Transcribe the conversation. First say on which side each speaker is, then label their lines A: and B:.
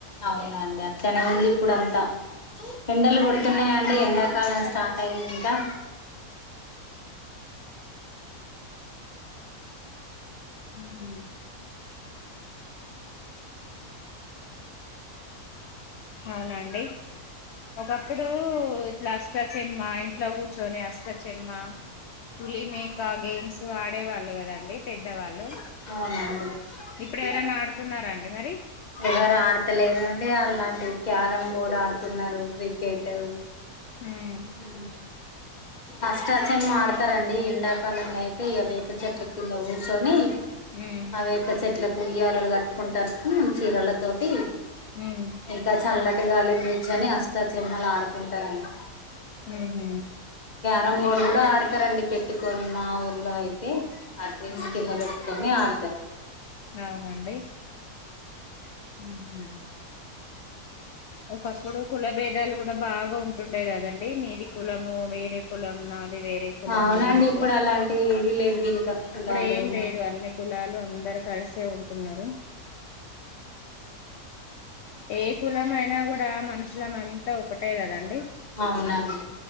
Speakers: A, on the left (about 30°); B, on the left (about 60°).
A: అవునండి అట్లనే ఉంది ఇప్పుడు అంతా ఎండలు కొడుతున్నాయా అండి ఎండాకాలం స్టార్ట్ అయింది ఇంకా
B: హ అవునండి ఒక ఇప్పుడు ఇట్లా అష్టచమ్మ ఇంట్లో కూర్చొని అష్టచెమ్మ పులి మేకా గేమ్స్ ఆడేవాళ్ళు కదండి పెద్దవాళ్ళు
A: అవునండి
B: ఇప్పుడు ఎవరైనా ఆడుతున్నారా అండి మరి
A: ఎవరు ఆడతలేదండి అలాంటి క్యారం బోర్డు ఆడుతున్నారు క్రికెట్
B: ఉమ్
A: ఉ అష్ట చెమ్మ ఆడతారండి ఎండాకాలంలో అయితే ఇక వేప చెట్టు కింద కూర్చొని
B: ఉమ్
A: అవే వేప చేట్లా ఉయ్యాలలు కట్టుకుంటారుకు చీరలతోటి
B: ఉమ్
A: ఇంకా చల్ల ట్ గాలికి కూర్చొని అష్టాచెమ్మలాడుకుంటారండి
B: మ్ హు
A: రంబోడు కూడా ఆడతారండి పెట్టుకొని మా ఊర్లో అయితే ఆ డ్రిల్స్
B: ఉమ్
A: కింద పెట్కొని ఆడ్ ట్
B: అవునండి ఉహు ఒకప్పుడు కుల భేదాలు కూడా బాగా ఉంటుండే కదండి మీది కులము వేరే కులం నాది వేరే కులం
A: అవునండి
B: అన్నట్టు
A: ఇప్పుడు అలాంటివి లేవు ఇంకా
B: ఇప్పుడు
A: కులాలు
B: ఏం లేదు
A: మతాలు
B: అన్ని కులాలు అందరు కలిసే ఉంటున్నారు ఏ కులంయినా ఇప్పు మనుషుల అంతా ఒకటే కదండి
A: అవునాండి